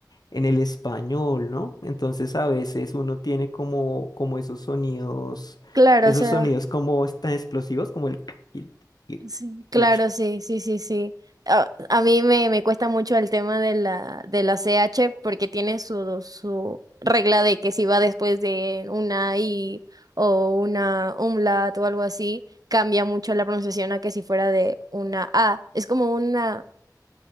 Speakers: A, on the left; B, on the right.
A: en el español, ¿no? Entonces a veces uno tiene como, como esos sonidos,
B: Claro,
A: esos
B: o sea.
A: sonidos como tan explosivos como el... <laughs> y- y-
B: Sí, claro,
A: y-
B: sí, sí, sí, sí. A, a mí me, me cuesta mucho el tema de la, de la CH porque tiene su, su regla de que si va después de una I o una umlaut o algo así, cambia mucho la pronunciación a que si fuera de una A. Es como una,